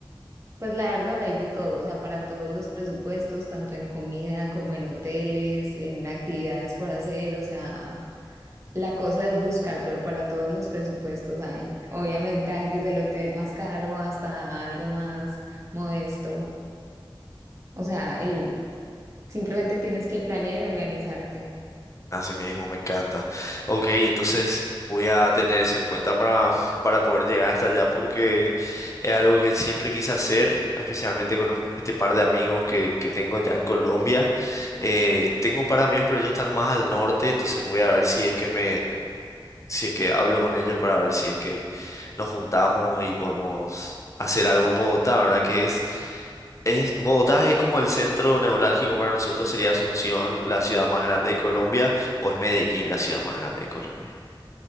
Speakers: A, on the right (about 35°); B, on the left (about 35°).
A: Pues la verdad hay de todo, o sea, para todos los presupuestos, tanto en comida como en hoteles, en actividades por hacer, o sea, la cosa es buscar, pero para todos los presupuestos hay. Obviamente hay desde el hotel más caro hasta algo más modesto, o sea, el, simplemente tienes que planear y organizarte.
B: Así mismo, me encanta. Ok, entonces voy a tener eso en cuenta para, para poder llegar hasta allá porque es algo que siempre quise hacer, especialmente con un- este par de amigos que, que tengo ya en Colombia. Eh, tengo un par de amigos, pero ellos están más al norte, entonces voy a ver si es que me, si es que hablo con ellos para ver si es que nos juntamos y podemos hacer algo en Bogotá, ¿verdad? Que es es, Bogotá es como el centro neurálgico para nosotros, sería Asunción, la ciudad más grande de Colombia, o es Medellín, la ciudad más grande de Colombia.